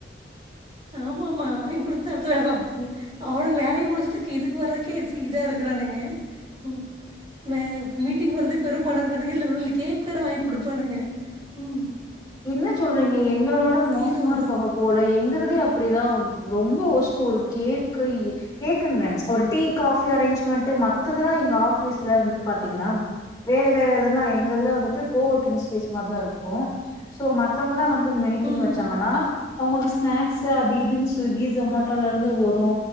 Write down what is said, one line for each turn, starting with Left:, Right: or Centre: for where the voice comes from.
Right: ஆமா ஆமா வாங்கி குடுத்துதா அடுத்த வேலை பாப்பாங்க அவனுங்க வேலைய முடிச்சதுக்கு இதுக்கு வர்றக்கே இதா இருக்குறானுங்க ம் வே மீட் டிங் வர்றதே பெரும்பாடா இருக்கானுங்க இதுல இவனுங்களுக்கு கேக் வேற வாங்கி குடுப்பானுங்க ம்
Left: என்ன சொல்றீங்க எங்களோட மோசமா
Right: சீனு ஒரு
Left: இருப்பாங்க போல எங்கதுலயு அப்டிதா ரொம்ப வொர்ஸ்ட் ஒரு கேக்கு கேக்குன்னே ஒரு டீ காபி அரேஞ்ச்மெட்டு மத்ததெல்லா எங்க ஆபீஸ்ல வந்துட்டு பாத்தீங்கன்னா வேற வேற இதெல்லா எங்க இதுல வந்துட்டு கோ ஒர்க்கிங் ஸ்பேஸ் மாரிதா இருக்கு சோ மத்தவங்கல்லா வந்து மீட்டிங்
Right: ம்
Left: வச்சாங்கன்னா அவுங்களுக்கு ஸ்நாக்ஸ் அது இதுன்னு ஸ்விக்கி ஜொமேட்டோல இருந்து வரு